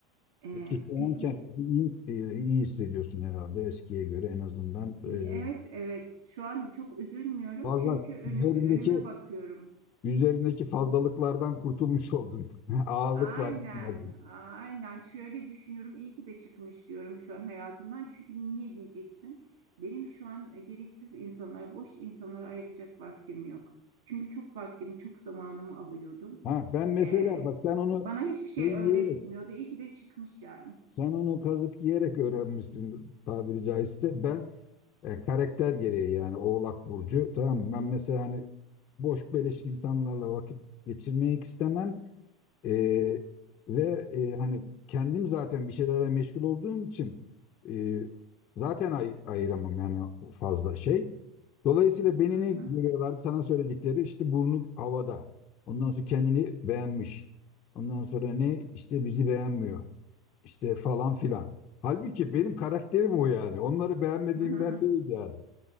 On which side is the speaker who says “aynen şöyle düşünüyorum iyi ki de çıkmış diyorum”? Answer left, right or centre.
Right